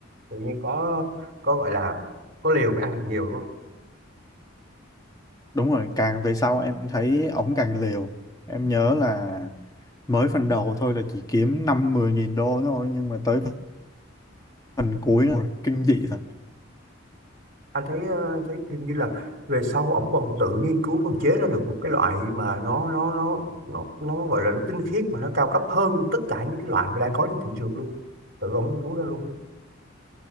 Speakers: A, on the right (about 45°); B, on the left (about 20°).
A: tự nhiên có có gọi là có liều mới ăn được nhiều đúng không
B: Đúng rồi, càng về sau em thấy ổng càng liều. Em nhớ là mới phần đầu thôi là chỉ kiếm năm mười nghìn đô thôi. Nhưng mà tới phần cuối nó kinh dị thật.
A: anh thấy ờ, thấy hình như là về sau ổng còn tự nghiên cứu còn chế ra được một cái loại mà nó nó nó nó nó gọi là nó tinh khiết mà nó cao cấp hơn tất cả những cái loại mà đang có trên thị trường luôn tự ổng thú ra luôn